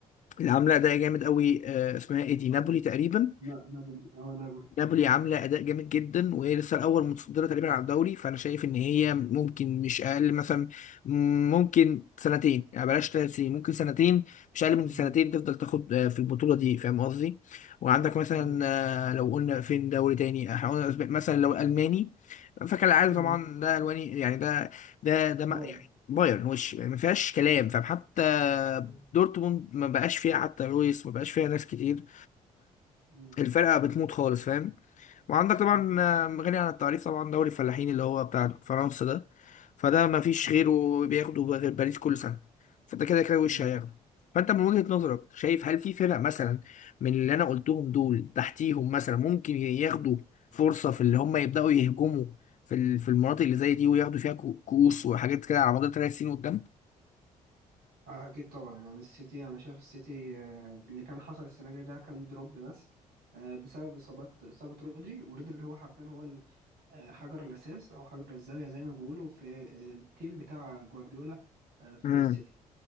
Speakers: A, on the left; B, on the right.
A: اللي عامله ده جامد قوي آه، اسمها ايه دي نابولي تقريبا
B: لا نابولي اه نابولي
A: نابولي عامله اداء جامد جدا وهي لسه الاول متصدره تقريبا على الدوري فانا شايف ان هي ممكن مش اقل مثلا ممكن سنتين يعني بلاش ثلاث سنين ممكن سنتين مش اقل من
B: مم.
A: سنتين تفضل تاخد آه، في البطوله دي فاهم قصدي وعندك مثلا
B: مم.
A: آه، لو قلنا فين دوري تاني هقول أسباني. مثلا لو الماني فكالعاده
B: مم.
A: طبعا ده الواني يعني ده ده ده ما-
B: باير
A: يعني بايرن وش يعني ما فيهاش كلام فاهم حتى
B: مم.
A: دورتموند ما بقاش فيها حتى لويس ما بقاش فيها ناس كتير
B: مم.
A: فالفرقه بتموت خالص فاهم وعندك طبعا
B: مم.
A: آه، غني عن التعريف طبعا دوري الفلاحين اللي هو بتاع فرنسا ده فده ما فيش
B: ايوه
A: غيره بياخده غير باريس كل سنة فانت كده كده وش
B: مم.
A: هياخده فانت من وجهة نظرك شايف هل في فرق مثلا من اللي انا قلتهم دول تحتيهم مثلا ممكن ياخدوا فرصة في اللي هم يبدأوا يهجموا في ال- في المناطق اللي زي دي وياخدوا فيها كو- كؤوس وحاجات كده على مدار ثلاث سنين قدام؟
B: آه، اكيد طبعا يعني السيتي انا شايف السيتي آه، اللي كان حصل السنه دي ده كان دروب بس آه، بسبب اصابات اصابه رودري ورودري هو حرفيا هو ال- آه، حجر الاساس او حجر الزاويه زي ما بيقولوا في التيم بتاع جوارديولا آه، في
A: امم
B: السيتي